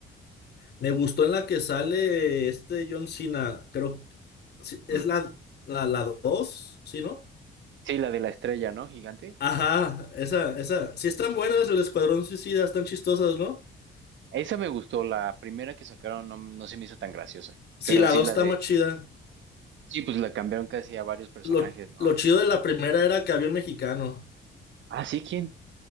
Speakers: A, on the left; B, on the right.
A: me gustó en la que sale este John Cena, creo, sí,
B: Mm.
A: es la, la, la dos ¿sí, no?
B: Sí, la de la estrella, ¿no? Gigante.
A: Ajá, esa, esa, sí están buenas, el Escuadrón Suicida, están chistosas, ¿no?
B: Esa me gustó, la primera que sacaron no, no se me hizo tan graciosa.
A: Sí,
B: Pero
A: la
B: sí,
A: 2
B: la
A: está
B: de.
A: más chida.
B: Sí, pues la cambiaron casi a varios personajes,
A: Lo,
B: ¿no?
A: lo chido de la primera era que había un mexicano,
B: Ah, sí, ¿quién?